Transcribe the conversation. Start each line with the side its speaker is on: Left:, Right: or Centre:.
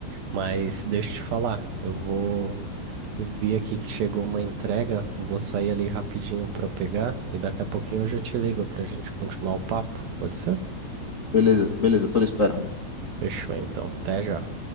Right: Mas deixa eu te falar, eu vou. Vi aqui que chegou uma entrega, vou sair ali rapidinho para pegar e daqui a pouquinho eu já te ligo para a gente continuar o papo. Pode ser?
Left: Beleza, beleza, tô lhe esperando.
Right: Fechou então. Até já.